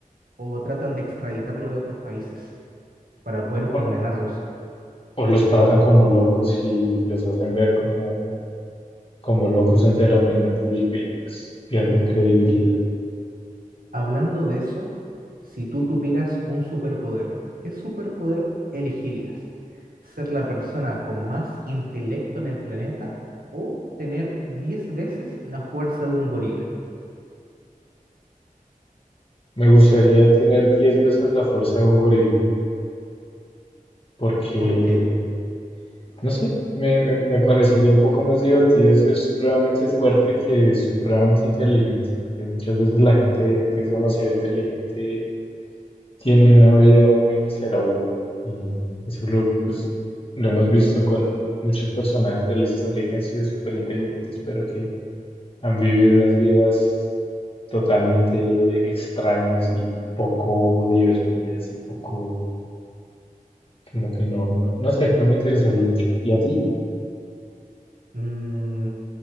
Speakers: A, on the right; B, on the left.
A: o tratan de extraditarlo de otros países para poder
B: O,
A: condenarlos.
B: o los tratan como locos y los hacen ver como, como locos ante la opinión pública y pues pierden credibilidad.
A: Hablando de eso, si tú tuvieras un superpoder, ¿qué superpoder elegirías? ¿Ser la persona con más intelecto en el planeta o tener 10 veces la fuerza de un gorila?
B: Me gustaría tener 10 veces la fuerza de un gorila, porque,
A: ¿Por qué?
B: no sé, me, me, me parecería un poco más divertido ser supremamente fuerte que supremamente inteligente, porque muchas veces la gente que es demasiado inteligente tiene una vida muy miserable. Y eso lo, pues, lo hemos visto con muchos personajes de la historia que han sido súper inteligentes, pero que han vivido unas vidas totalmente extrañas y poco divertidas y poco, como que no, no, no sé, no me interesaría mucho. ¿Y a ti?
A: Mm,